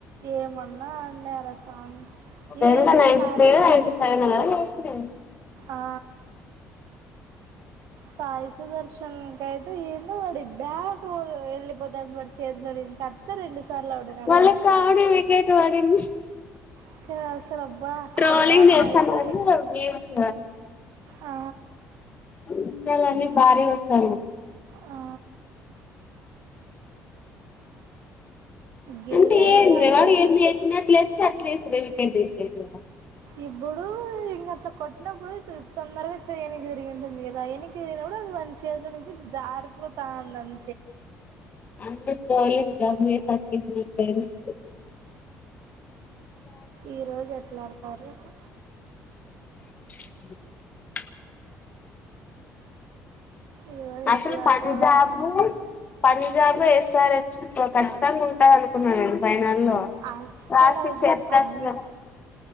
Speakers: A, on the right; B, on the left.
A: ఏమన్నా అన్నారా సామి
B: ఎంత
A: ఏమి
B: ninety
A: Sai
B: three ninety seven కదా చేసింది
A: ఆ సాయి సు దర్శన్ గైతే ఏందో వాడి బ్యాట్ ఎల్లిపోతంది వాడి చేతిలో నుంచి అట్లా రెండు సార్లు ఆడినాడు
B: వాళ్ళకి
A: తెలుసా
B: ఆడే వికెట్ పడింది
A: ఇంకా అసలు అబ్బా
B: ట్రోలింగ్
A: ఆర్ఆర్లో
B: చేస్తానరు
A: అయితే
B: మీమ్స్
A: ఆ
B: ఇంస్టా లో అన్ని భారీగోస్తానాయ్
A: ఆ గిల్
B: అంటే
A: అయితే
B: ఏంది వే
A: అప్పుడు
B: వాడు ఎత్ ఎత్తినట్లే ఎత్తే అట్లేస్త వికెట్ తీస్ లేదు
A: ఇబ్బుడూ ఇంక అట్లా కొట్నప్పుడు చూ తొందరగా చెయ ఎనికి తిరిగింటుంది దయనికి ఇరిగినపుడు అది వాని చేతిల నుంచి జారిపోతాందన్
B: అంటే కోహ్లీ <unintelligible> ఫ్రెండ్స్
A: ఈ రోజు ఎట్లాడతారో ఏమో
B: అంతే తొలియ్యూ
A: ఈరోజు
B: అసలు
A: ఎట్లా ఆడతారో
B: పంజాబు
A: నమ్మ
B: పంజాబ్ ఎస్ఆర్ఎ ఖచ్చితంగా ఉంటారు అనుకున్నారండి ఫైనా నల్లో
A: అస్సలు
B: లాస్ట్
A: అయితే
B: కి <unintelligible>
A: పంజ